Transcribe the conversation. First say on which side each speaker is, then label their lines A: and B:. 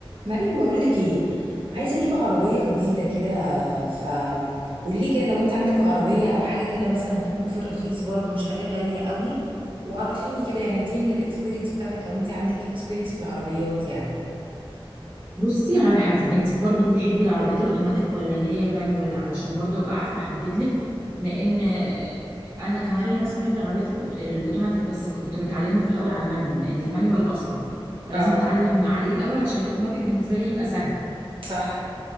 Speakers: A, on the right (about 65°); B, on the right (about 25°).
A: مريم بقولك ايه عايزه اجيب عربيه جديده كده ف قولي لي كده لو انت عندك عربيه او حاجه كده مثلا تكون في الرخيص برضو مش حاجه غاليه قوي وعرفيني كده يعني اديني من الاكسبيرينس بتاعتك لو انت عندك اكسبيرينس في العربيات يعني
B: بصي على حسب انت برضو بتحبي العربيات الاوتوماتيك ولا اللي هي المانيوال علشان برضو ابقى عارفه احدد لك لان انا كماري مثلا بحب العربيات الأوت- الاوتوماتيك بس كنت متعلمه في الاول على مانيوال لان المانيوال اصعب فلازم
A: اه
B: اتعلم عليه الاول عشان الاوتوماتيك بالنسبه لي يبقى سهل
A: صح